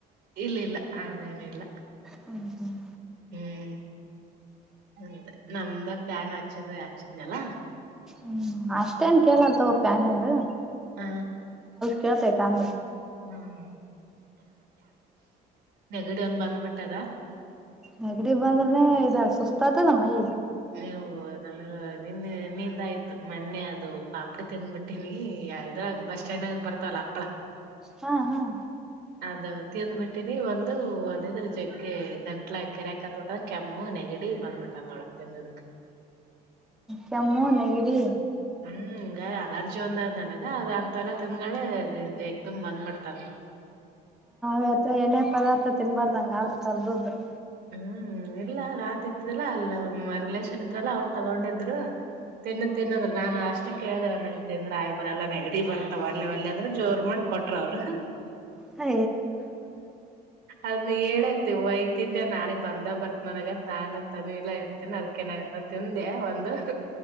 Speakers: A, on the right; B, in the centre.
A: ಇಲ್ಲ ಇಲ್ಲ ಅದೇನ ಇಲ್ಲ
B: ಹ್ಮ್ ಹ್ಮ್
A: ಹ್ಮ ಹ್ಮ ನಮ್ದ ಫ್ಯಾನ್ ಆ ಚೆನ್ನ ಹಚಿದ್ನಲ್ಲ
B: ಹ್ಮ್ ಅಷ್ಟೇಏನ್ ಕೇಳಲ್ ತಗೋಪೆನನ್ ಹ
A: ಹ್ಮ
B: ಕೆತ ತಾಂದ
A: ಹ್ಮ್ ನೆಗಡಿ ಒಂದ ಬಂದ್ಬಿಟ್ಟದ
B: ನೆಗಡಿ ಬಂದ್ರನನೆ ಇದ ಸುಸ್ತ ಆತದ ಮೈ
A: ನೀವು ನನಗ ನಿನ್ನ ನಿನ್ನಿಂದ ಆಯ್ತು ಮೊನ್ನೆ ಅದು ಪಾಪ್ಡಿ ತಿಂದ್ಬಿಟ್ಟೀನಿ ಇದ್ರಾಗ ಬಸ್ ಸ್ಟ್ಯಾಂಡ್ಾಗ ಬರ್ತವಲ್ಲ ಅಪ್ಳ
B: ಹಾ ಹಾ್
A: ಅದ ತಿಂದ್ಬಿಟ್ಟಿನಿ ಒಂದು ಅದಿದ್ರ ಜಗ್ಗೆ ಗಂಟ್ಲ ಕೆರೆಕ ತೊಟ್ರ ಕೆಮ್ಮು ನೆಗಡಿ ಬಂದ್ಬಿಟದ ನೋಳ ತಿಂದದಕ್
B: ಕೆಮ್ಮು ನೆಗಡಿ
A: ಹ್ಮ್ ಹಿಂಗ ಅಲರ್ಜಿ ಒಂದದ್ ನನಗ ಅದ ಅಂತ ಎಲ್ಲಾ ತಿಂದ್ಗೆ ದೇಗ ತುಂಬ್ ಬಂದ್ಬಿಡ್ತದ
B: ಹತ್ತ ಎಣ್ಣೆ ಪದಾರ್ಥ ತಿನ್ಬಾರ್ದಂಗ ಆದ್ರರು ಕರ್ದದ್ರರು
A: ಹ್ಮ್ ಇಲ್ಲ ನಾನ್ ತಿಂತಿದ್ದಿಲ್ಲ ಅಲ್ಲಮ್ಮ ರಿಲೇಷನ್ ಇದ್ರಲ್ಲ ಅವ್ರರು ತಗೊಂಡಿದ್ರು ತಿನ್ನು ತಿನ್ಂದ್ರ ನಾನ್ ಅಷ್ಟ ಕೇಳ್ದ ನನಗ್ ತಿಂದ್ರ ಆಗಿ ಬರಲ್ಲ ನ ಎಡಿ ಬರ್ತಾವ ಅಲ್ಲೆ ಒಲ್ಲೆ ಅಂದ್ರ ಜೋರ್ ಮಾಡಿ ಕೊಟ್ರ ಅವರು
B: ಸ
A: ಅದ್ ಹೇಳತಿ ವೈತಿ ೆ ನಾಳೆ ಬಂದ ಬರ್ತ್ ನನಗ ನಾನ ತನಿ ಇಲ್ಲ ಇರ್ತೀನಿ ಅದಕನ ಆಯತ ತಿಂದೆ ಒಂದು